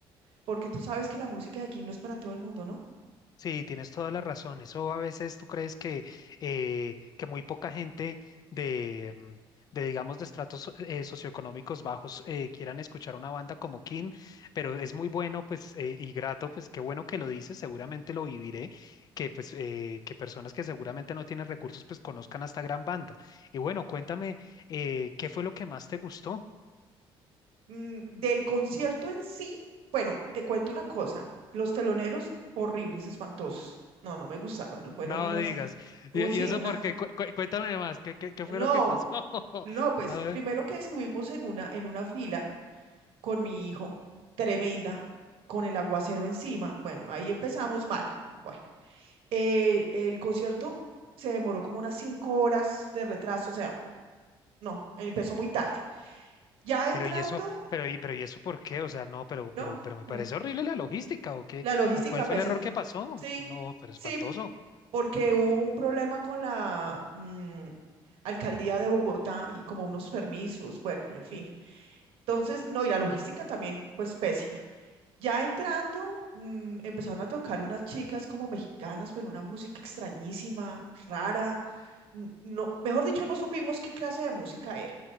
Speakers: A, on the right; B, on the left.
A: porque tú sabes que la música de aquí no es para todo el mundo, ¿no?
B: Sí, tienes toda la razón. Eso a veces tú crees que, eh, que muy poca gente de, mm, de digamos, de estratos eh, socioeconómicos bajos eh, quieran escuchar una banda como King, pero es muy bueno, pues, eh, y grato, pues, qué bueno que lo dices, seguramente lo viviré, que, pues, eh, que personas que seguramente no tienen recursos, pues, conozcan a esta gran banda. Y bueno, cuéntame, eh, ¿qué fue lo que más te gustó?
A: Mm, del concierto en sí, bueno, te cuento una cosa, los teloneros horribles, espantosos. No, no me gustaron, no fueron
B: No
A: unas,
B: digas.
A: un-
B: Y,
A: sí,
B: y eso
A: una,
B: porque, cu- cu- cuéntame más, ¿qué, qué, qué fue
A: no,
B: lo que pasó? <laughs>
A: no, pues
B: A ver.
A: primero que estuvimos en una, en una fila con mi hijo, tremenda, con el aguacero encima, bueno, ahí empezamos mal. Bueno. Eh, el concierto se demoró como unas cinco horas de retraso, o sea, no, empezó muy tarde. Ya
B: Pero
A: entrando,
B: y eso, pero y, pero y eso ¿por qué? O sea, no, pero, pero,
A: no,
B: pero me parece
A: la,
B: horrible la logística, ¿o qué?
A: la logística
B: ¿O cuál fue
A: pésima.
B: el error que pasó?
A: Sí,
B: No, pero espantoso.
A: sí, porque hubo un problema con la mm, alcaldía de Bogotá y como unos permisos, bueno, en fin. Entonces, no, y la logística también, pues pésima. Ya entrando, mm, empezaron a tocar unas chicas como mexicanas, pero una música extrañísima, rara. n- No, mejor dicho, no supimos qué clase de música era.